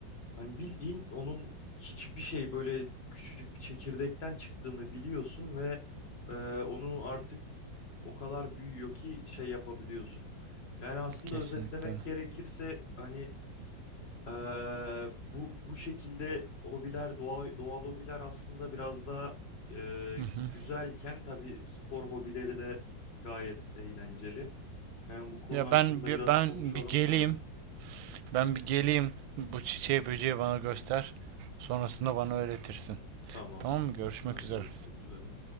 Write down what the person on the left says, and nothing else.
Hani bildiğin onun hiçbir şey böyle küçücük bir çekirdekten çıktığını biliyorsun ve e, onu artık o kadar büyüyor ki şey yapabiliyorsun. Yani aslında
özetlemek
gerekirse hani e, bu bu şekilde hobiler doğa, doğal hobiler aslında biraz da e,
güzelken tabii spor hobileri de gayet eğlenceli. Yani bu konu
hakkında
biraz
konuşalım
seninle.
Tamamdır.
Hadi
görüşmek üzere.